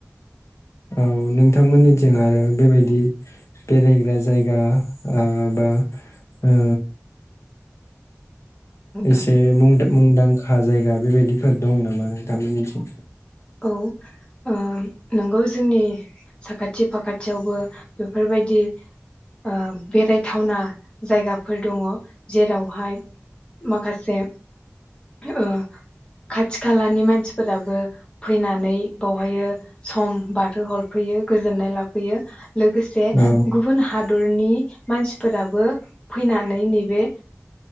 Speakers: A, on the left; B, on the left.
A: औ नोंथांमोननिथिं आरो बेबायदि बेरायग्रा जायगा ओ बा ओ एसे
B: ओं
A: मुंदां मुंदांखा जायगा बेबायदिफोर दं नामा नोंथांमोननिथिं
B: औ ओ नंगौ जोंनि साखाथि फाखाथियावबो बेफोरबायदि ओ बेरायथावना जायगाफोर दङ जेरावहाय माखासे ओ खाथि खालानि मानसि फोराबो फैनानै बावहाय सम बारो हरफैयो गोजोननाय लाफैयो। लोगोसे
A: औ
B: गुबुन हाद दरनि मानसिफोराबो फैनानै नैबे